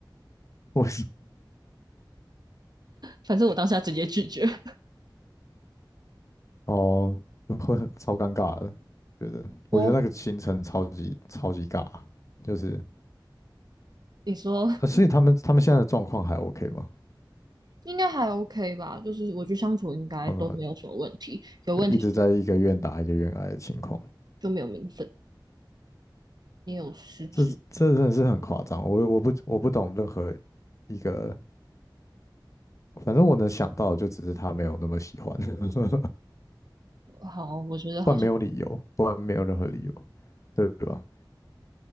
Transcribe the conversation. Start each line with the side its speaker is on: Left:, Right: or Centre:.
Left: 我
Right: 反正我当下直接拒绝。<laughs>
Left: 哦，就会很超尴尬的，觉得我觉得那个行程超级超级尬，
Right: 我，
Left: 就是
Right: 你说
Left: 啊，所以他们他们现在的状况还 OK 吗？
Right: 应该还 OK 吧？就是我觉得相处应该都没有什么问题，
Left: 他们
Right: 有问题
Left: 就一直在一个愿打一个愿挨的情况，
Right: 就没有名分，也有失职。
Left: 这这真的是很夸张，我我不我不懂任何一个，反正我能想到的就只是他没有那么喜欢，<laughs>
Right: 好，我觉得好像。
Left: 不然没有理由，不然没有任何理由，对吧？